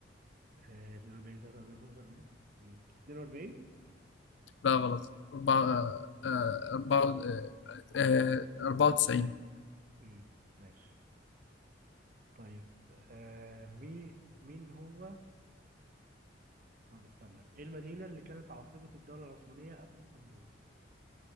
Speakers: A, on the right; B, on the left.
A: آه، 42 43 45 مم، 42
B: لا غلط أربعة- آه، آه، أربعة- آه، آه، 94
A: مم، ماشي طيب آه مين مين هو طب استنى ايه المدينة اللي كانت عاصمة الدولة العثمانية قبل اسطنبول؟